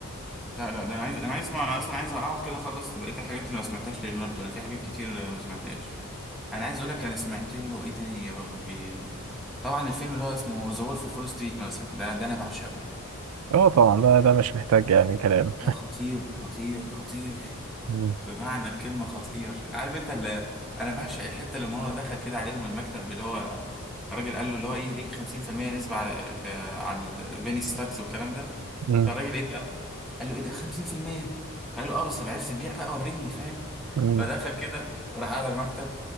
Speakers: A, in the centre; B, on the right.
A: لا لا ده انا عايز انا عايز اسمع انا اصلا عايز اقعد كده اخلص بقيه الحاجات اللي ما سمعتهاش لليوناردو انا في حاجات كتير ما سمعتهاش انا عايز اقول لك انا سمعت له ايه تاني يا ربي طبعا الفيلم اللي هو اسمه ذا وولف فول ستريت مثلا ده ده انا بعشقه
B: اه طبعا ده ده مش محتاج يعني كلام
A: لا خطير خطير خطير
B: مم.
A: بمعنى الكلمة خطير عارف انت اللي انا بعشق الحتة اللي هو دخل كده عليهم المكتب اللي هو الراجل قال له اللي هو ايه يديك 50% نسبة على ك... على البيني ستاكس والكلام ده
B: مم.
A: فالراجل ايه بقى قال له ايه ده 50% فقال له اه بس لو عرفت تبيع بقى وريني فاهم
B: مم.
A: فدخل كده وراح قاعد على المكتب